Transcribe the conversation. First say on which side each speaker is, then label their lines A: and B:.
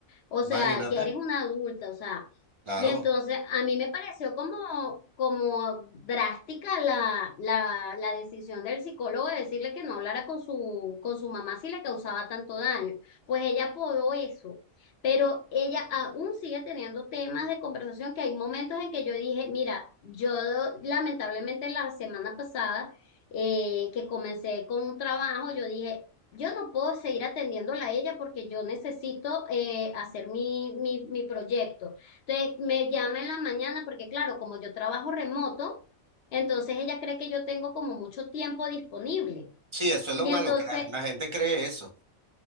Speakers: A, on the left; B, on the right.
A: O sea,
B: Imagínate,
A: ya eres una adulta, o sea.
B: claro.
A: Y entonces a mí me pareció como, como drástica la, la, la decisión del psicólogo de decirle que no hablara con su, con su mamá si le causaba tanto daño. Pues ella apodó eso, pero ella aún sigue teniendo temas de conversación que hay momentos en que yo dije, mira, yo lamentablemente la semana pasada eh, que comencé con un trabajo, yo dije, yo no puedo seguir atendiéndola a ella porque yo necesito eh, hacer mi, mi, mi proyecto. Entonces me llama en la mañana porque claro, como yo trabajo remoto, entonces ella cree que yo tengo como mucho tiempo disponible.
B: Sí, eso es lo
A: Y
B: malo,
A: entonces
B: que la, la gente cree eso.